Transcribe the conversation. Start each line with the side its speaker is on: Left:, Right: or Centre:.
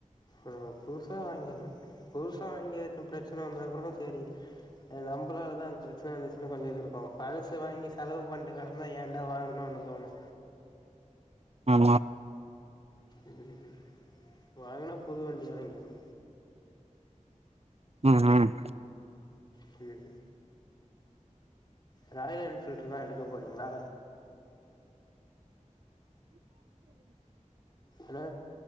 Left: இப்ப நம்ம புதுசா வாங்கிருனு புதுசா வாங்கி எதாச்சு பிரச்சன வந்தா கூடனா சேரி அது நம்பளாலதா அதுக் பிரச்சன வந்துச்சுன்னு கொஞ்சோ இது இருக்கு பழசு வாங்கி செலவு பண்ட்டு கெட ந்தா ஏன்டா வாங்குணோனு தோணு
Right: ஆ
Left: ம் வாங்குனா புது வண்டியா வாங்கிர்ணு
Right: ம் ம்
Left: சேரி ராயல் என்ஃபீல்ட்ருதா எடுக்க போறீங்ளா ஹலோ